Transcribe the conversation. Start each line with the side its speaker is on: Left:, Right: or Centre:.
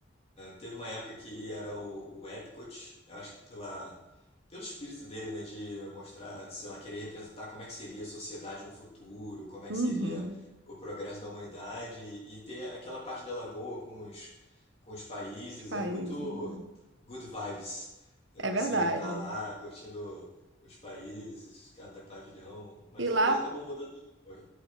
Left: Teve uma época que era o, o Epcot, eu acho que pela, pelo espírito dele, né, de mostrar, sei lá, querer representar como é que seria a sociedade no futuro, como é
Right: Uhum.
Left: que seria o progresso da humanidade e ter aquela parte da lagoa com os, com os países,
Right: Os Países,
Left: é muito
Right: é.
Left: good vibes, né,
Right: É
Left: você
Right: verdade.
Left: andar lá curtindo os países, cada pavilhão, mas
Right: E
Left: depois
Right: lá,
Left: acabou mudando. foi